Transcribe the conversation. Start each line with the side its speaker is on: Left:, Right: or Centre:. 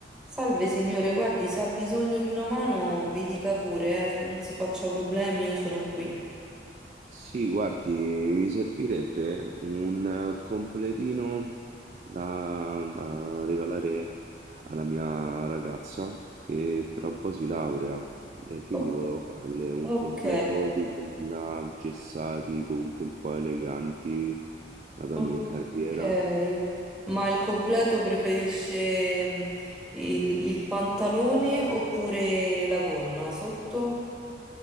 Centre: Salve signore, guardi, se ha bisogno di una mano mi dica pure, eh, non si faccia problemi, io sono qui.
Right: Sì, guardi, mi servirebbe un eh, completino da, da regalare alla mia ragazza che tra un po' si laurea e quindi
Centre: O-
Right: volevo farle un
Centre: ok,
Right: completo di quella gessati, comunque un po' eleganti, una donna
Centre: ok.
Right: in carriera.
Centre: Ma il completo preferisce mm, il, il pantalone oppure la gonna sotto?